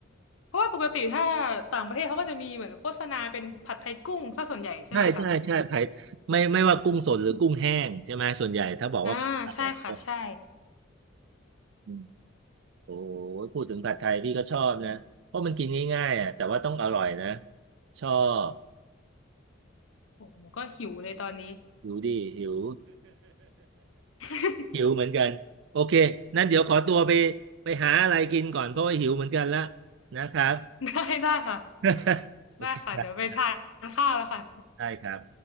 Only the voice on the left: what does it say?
เพราะว่าปกติถ้าต่างประเทศเขาก็จะมีเหมือนโฆษณาเป็นผัดไทยกุ้งซะส่วนใหญ่ใช่ไหมคะ
อ่าใช่ค่ะใช่
โอ้ผมก็หิวเลยตอนนี้
<laughs>
ได้ได้ค่ะ
ได้ค่ะเดี๋ยวไปทานข้าวแล้วค่ะ